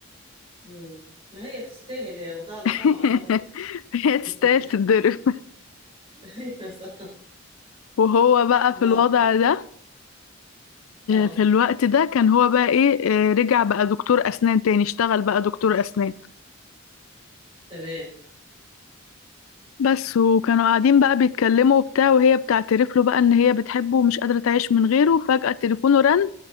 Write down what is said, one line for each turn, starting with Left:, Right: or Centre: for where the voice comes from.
Right: مم. ما هي تستاهل هي واخدة على
Left: <laughs>
Right: طمع برضه
Left: هي تستاهل
Right: <laughs>
Left: تتضرب
Right: ايوه صح
Left: وهو بقى
Right: وبعدين
Left: في الوضع ده
Right: اه
Left: في الوقت ده كان هو بقى ايه آه، رجع بقى دكتور اسنان تاني اشتغل بقى دكتور اسنان
Right: تمام
Left: بس وكانوا قاعدين بقى بيتكلموا وبتاع وهي بتعترف له بقى ان هي بتحبه ومش قادرة تعيش من غيره فجأة تليفونه رن